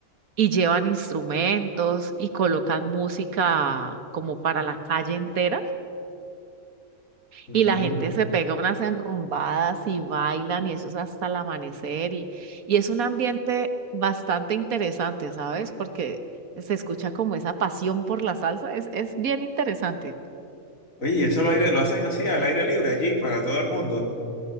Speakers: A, on the right; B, on the left.
A: Y llevan instrumentos y colocan música como para la calle entera
B: Mm.
A: Y la gente se pega unas enrumbadas y bailan y eso es hasta el amanecer y, y es un ambiente bastante interesante, ¿sabes? Porque se escucha como esa pasión por la salsa, es, es bien interesante.
B: Oye, eso lo, aire, lo hacen así, al aire libre allí, para todo el mundo.